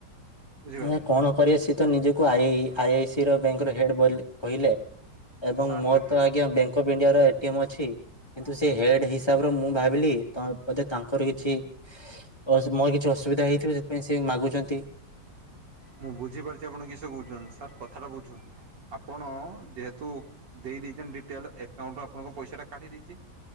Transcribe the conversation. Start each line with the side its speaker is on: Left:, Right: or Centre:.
Right: ବୁଝିପାରିଲେ।
Left: <unintelligible> କଣ କରିବେ ସିଏ ତ ନିଜକୁ ଆଇ ଆଇ ଆଇ ସି ର ବ୍ୟାଙ୍କ୍ ର ହେଡ ବୋଲି କହିଲେ ଏବଂ
Right: ସାର୍
Left: ମୋର
Right: ଦେଖ
Left: ତ ଆଜ୍ଞା ବ୍ୟାଙ୍କ ଅଫ୍ ଇଣ୍ଡିଆର ଏଟି ଏମ୍ ଅଛି। କିନ୍ତୁ ସେ ହେଡ୍ ହିସାବର ମୁଁ ଭାବିଲି ତ ବୋଧେ ତାଙ୍କର କିଛି <unintelligible> ମୋଅ କିଛି ଅସୁବିଧା ହେଇଥିବ ସେଥପାଇଁ ସେ ମାଗୁଚନ୍ତି।
Right: ମୁଁ ବୁଝିପାରୁଚି ଆପଣ କିସ କହୁଚନ୍ ସାର୍ କଥାଟା ବୁଝ ଆପଣ ଯେହେ ତୁ ଦେଇ ଦେଇଚନ୍ ଡିଟେଲ୍ ଏକ୍ କାଉଁପା ଆପଣଙ୍କ ପଇସାଟା କାଟି ଦେଇଚି